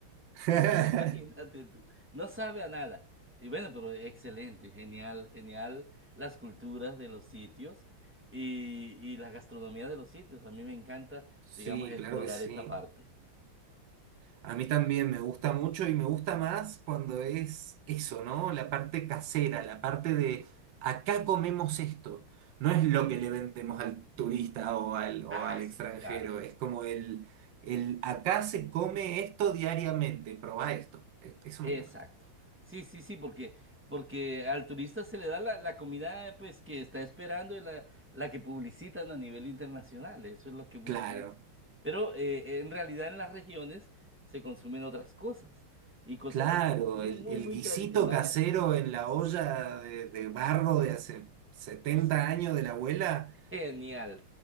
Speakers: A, on the right; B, in the centre.
A: <laughs>
B: <laughs> Imagínate tú, no sabe a nada. Y bueno, pero excelente, genial, genial las culturas de los sitios y, y la gastronomía de los sitios. A mí me encanta,
A: Sí,
B: digamos, explorar
A: claro que sí.
B: esa parte.
A: A mí también me gusta mucho y me gusta más cuando es eso, ¿no? La parte casera, la parte de acá comemos esto. No es lo que le vendemos al turista o al, o
B: Ah,
A: al
B: sí,
A: extranjero,
B: claro.
A: es como el, el acá se come esto diariamente, probá esto. E- Eso
B: Exacto.
A: me encanta.
B: Sí, sí, sí, porque, porque al turista se le da la, la comida eh, pues que está esperando y la, la que publicitan a nivel internacional. Eso es lo que busca
A: Claro,
B: él. Pero eh, en realidad en las regiones se consumen otras cosas y cosas
A: claro,
B: a veces muy,
A: el,
B: muy,
A: el
B: muy
A: guisito
B: tradicionales.
A: casero en la olla de, de barro de hace 70
B: Pues,
A: años de la abuela,
B: genial,